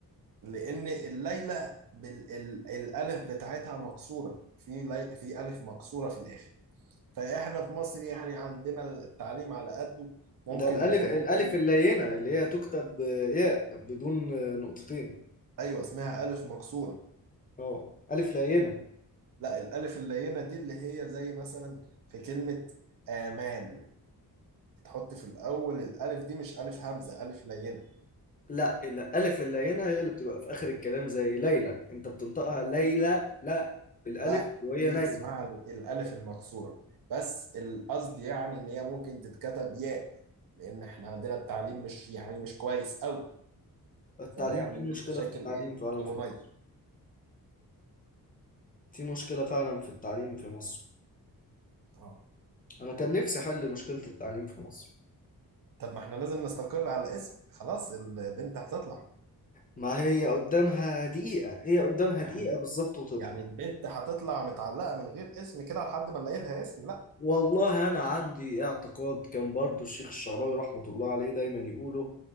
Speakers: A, on the right (about 60°); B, on the left (about 25°).
A: لان الليلى بالالف بتاعتها مكسوره في لي... في الف مكسوره في الاخر فاحنا في مصر يعني عندنا التعليم على قده ممكن
B: ده الالف
A: يكتبوها
B: الالف
A: ايه
B: اللينه اللي هي تكتب آه، ياء بدون آه، نقطتين
A: ايوه اسمها الف مكسوره
B: اه الف لينه
A: لا الالف اللينه دي اللي هي زي مثلا في كلمه امال تحط في الاول الالف دي مش الف همزه الف لينه
B: لا الألف اللينة هي اللي بتبقى في آخر الكلام زي ليلى أنت بتنطقها ليلى لا بالألف
A: لا
B: وهي
A: دي
B: نايمة
A: اسمها الالف المكسوره بس القصد يعني ان هي ممكن تتكتب ياء لان احنا عندنا التعليم مش يعني مش كويس قوي
B: التعليم
A: فده يعمل
B: في
A: لنا
B: مشكلة
A: مشاكل
B: في التعليم
A: ايه
B: فعلا
A: قانونيه
B: في مصر في مشكلة فعلا في التعليم في مصر
A: اه
B: أنا كان نفسي أحل مشكلة التعليم في مصر
A: طب ما احنا لازم نستقر على اسم خلاص البنت هتطلع
B: ما هي قدامها دقيقة هي قدامها
A: يعني
B: دقيقة بالظبط وتطلع
A: يعني البنت هتطلع متعلقة من غير اسم كده لحد ما نلاقي لها اسم لا
B: والله أنا عندي اعتقاد كان برضو الشيخ الشعراوي رحمة الله عليه دايما يقوله